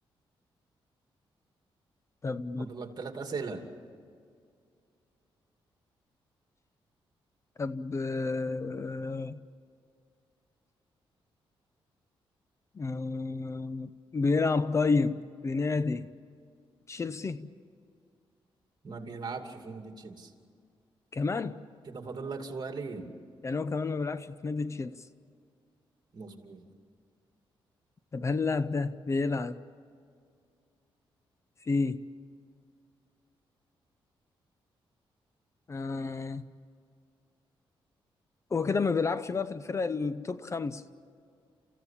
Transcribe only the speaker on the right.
فاضل لك ثلاث أسئلة
ما بيلعبش في نادي تشيلسي
كده فاضل لك سؤالين
مظبوط